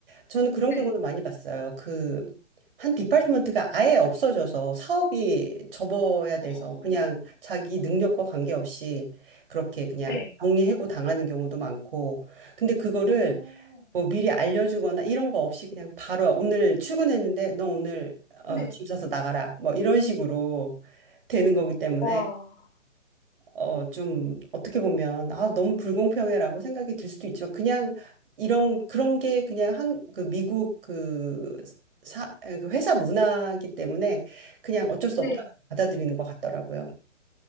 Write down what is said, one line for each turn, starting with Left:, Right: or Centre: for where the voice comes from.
Right: 저는 그런
Left: 네.
Right: 경우는 많이 봤어요. 그, 한 디파트먼트가 아예 없어져서 사업이 접어야
Left: 어,
Right: 돼서 그냥 자기 능력과 관계없이 그렇게 그냥
Left: 네.
Right: 정리해고 당하는 경우도 많고. 근데 그거를
Left: 어,
Right: 뭐 미리 알려주거나 이런 거 없이 그냥 바로 오늘 출근했는데 너 오늘 어,
Left: 네.
Right: 짐 싸서 나가라. 뭐 이런 식으로 되는 거기 때문에
Left: 와.
Right: 어, 좀 어떻게 보면 아, 너무 불공평해라고 생각이 들 수도 있지만 그냥 이런 그런 게 그냥 한 그 미국 그 사, 그 회사 문화이기 때문에 그냥 어쩔 수
Left: 네.
Right: 없다고 받아들이는 것 같더라고요.